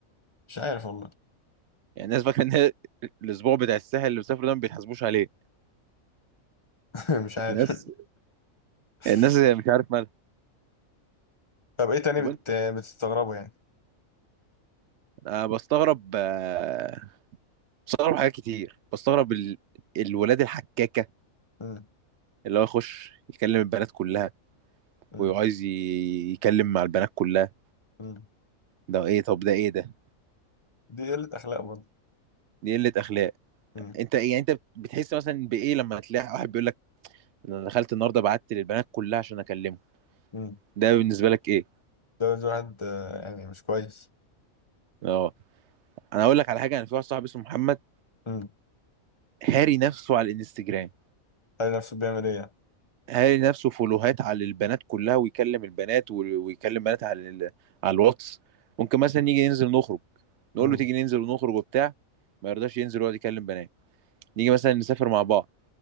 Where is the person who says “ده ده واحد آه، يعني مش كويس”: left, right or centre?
Left